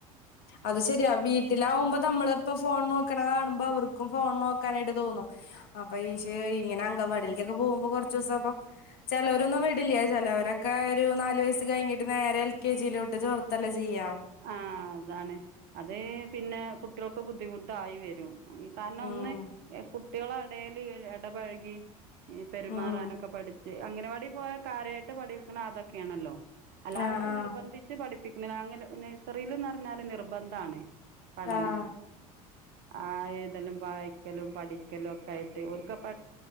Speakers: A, on the left; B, on the right.
A: അത് ശരിയാ വീട്ടിലാവുമ്പോ നമ്മളിപ്പോ ഫോൺ നോക്കണ കാണുമ്പോ അപ്പ അവർക്കും ഫോൺ നോക്കാനായിട്ട് തോന്നും. അപ്പൊ ഈക്ഷേ ഇങ്ങനെ അങ്കണവാടിയിലേക്കൊക്കെ പോകുമ്പോ കുറച്ചു ദിവസം അപ്പം ചിലവോരൊന്നും വിടില്ല. ചിലവരൊക്കെ ഒരു നാല് വയസ്സ് കഴിഞ്ഞിട്ട് നേരെ എൽ കെ ജിയിലോട്ട് ചോർത്തല്ലേ ചെയ്യാ.
B: ആ അതാണ് അത് പിന്നെ കുട്ടികൾക്ക് ബുദ്ധിമുട്ടായി വരും. കാരണം
A: ഉം
B: ഒന്ന് കുട്ടികളുടെ ഇടേല് ഇടപഴകി ഈ പെരുമാറാനൊക്കെ
A: ഉം
B: പഠിച്ച് അങ്ങനവാടി പോയ കാര്യായിട്ട് പഠിക്കണെ അതൊക്കെയാണല്ലോ. അല്ലാതെ
A: ആഹ്
B: അവർക്ക്
A: ആഹ്
B: നിർബന്ധിച്ച് പഠിപ്പിക്കുന്നില്ല. അങ്ങനെ നഴ്സറിയിൽന്ന് പറഞ്ഞാല് നിർബന്ധാണ്. പഠനം
A: ആഹ്
B: ആ ഏഴുതലും വായിക്കലും പഠിക്കലും ഒക്കെ ആയിട്ട് ഓൽക്ക് അപ്പെ